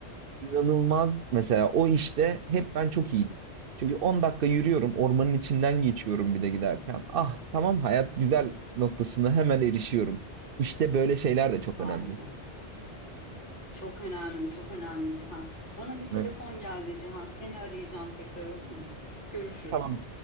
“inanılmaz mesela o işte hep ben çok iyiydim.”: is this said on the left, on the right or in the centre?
Right